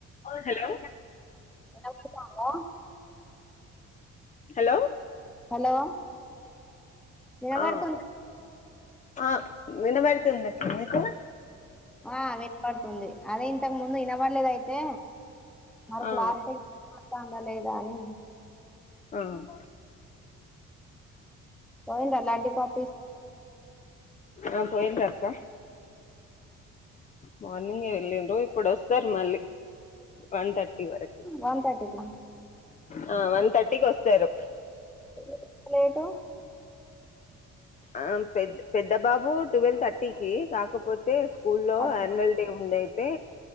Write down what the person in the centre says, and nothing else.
<unintelligible> ఉందా
hello వినపడుతుం
ఆ వినపడుతుంది అదే ఇంతకు ముందు వినబడలేదు అయి దే మరి
క్లారిటీగ మాట్లాడిన్ర లేదా అని
పోయింద లడ్డి పాప్
వన్ థర్టీకి
ఎందుకంత లేటు?
అచ్చ